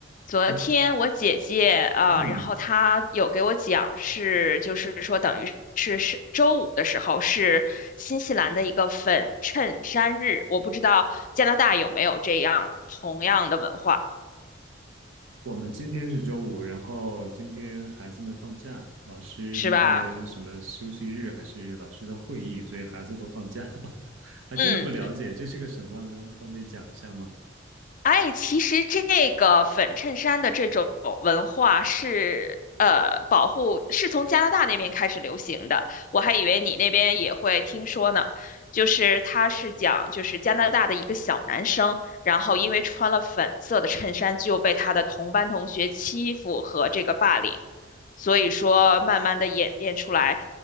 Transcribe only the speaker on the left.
昨天我姐姐啊，
呃然后她有给我讲是，就是说等于是是周五的时候是新西兰的一个粉衬衫日，我不知道加拿大有没有这样同样的文化，
是吧？
嗯，
哎，其实这个粉衬衫的这种文化是呃保护，是从加拿大那边开始流行的。我还以为你那边也会听说呢，就是他是讲就是加拿大的一个小男生，然后因为穿了粉色的衬衫就被他的同班同学欺负和这个霸凌，所以说慢慢的演变出来。